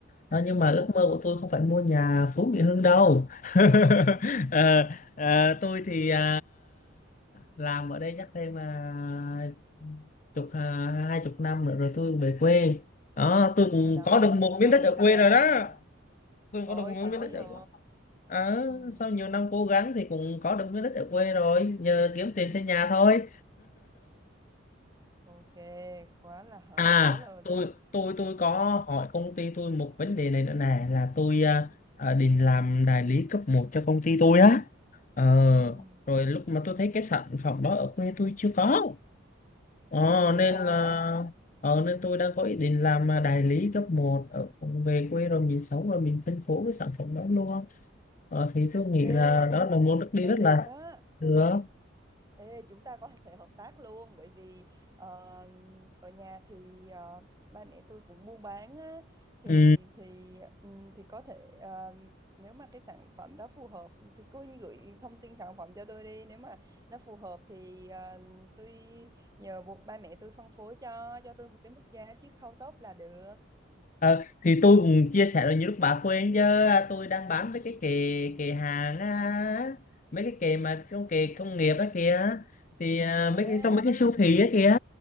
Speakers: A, on the left (about 40°); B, on the right (about 15°).
A: đó, nhưng
B: ừm.
A: mà ước mơ của tôi không phải mua nhà Phú Mỹ Hưng đâu <laughs>
B: <laughs>
A: Ờ, ờ, tôi thì à, làm ở đây chắc thêm à, chục à, hai chục năm nữa rồi tôi về quê đó tôi cũng
B: Rồi làm
A: có
B: hai
A: được
B: chục
A: một
B: năm
A: miếng đất
B: nữa
A: ở quê
B: già
A: rồi đó
B: bây giờ.
A: tôi
B: Trời
A: có được
B: ơi,
A: một
B: xịn
A: miếng
B: quá
A: đất ở
B: vậy.
A: Ờ,
B: Ừm,
A: sau nhiều năm cố gắng thì cũng có được miếng đất ở quê rồi giờ kiếm tiền
B: ừm.
A: xây nhà thôi
B: Ok, quá là hở,
A: À,
B: quá là
A: tôi tôi tôi có hỏi công ty tôi một vấn đề này nữa nè là tôi à, à, định làm đại lý cấp một cho công ty tôi á. Ờ,
B: ừm,
A: rồi lúc mà tôi thấy cái sản phẩm đó ở quê tôi chưa có. Ờ,
B: ôi
A: nên
B: hay
A: là
B: quá.
A: ờ, nên tôi đang có ý định làm à, đại lý cấp một ở về quê rồi mình sống rồi mình phân phối cái sản phẩm đó luôn. Ờ, thì tôi nghĩ
B: Ê,
A: là đó là một bước đi
B: ê
A: rất
B: được
A: là
B: á.
A: được.
B: Ê chúng ta có thể hợp tác luôn bởi vì ờ, ở nhà thì ờ, ba mẹ tôi cũng buôn bán á thì
A: Ừ.
B: thì ừm, thì có thể ờ, nếu mà cái sản phẩm đó phù hợp thì cứ gửi thông tin sản phẩm cho tôi đi, nếu mà nó phù hợp thì ờ, tôi nhờ buộc ba mẹ tôi phân phối cho cho tôi một cái mức giá chiết khấu tốt là được.
A: Ờ, thì tôi cũng chia sẻ là như lúc bà khuyên chứ à, tôi đang bán với cái kệ kệ hàng á, mấy cái kệ mà trong kệ công nghiệp á kìa thì à,
B: À.
A: mấy cái trong mấy cái siêu thị á kìa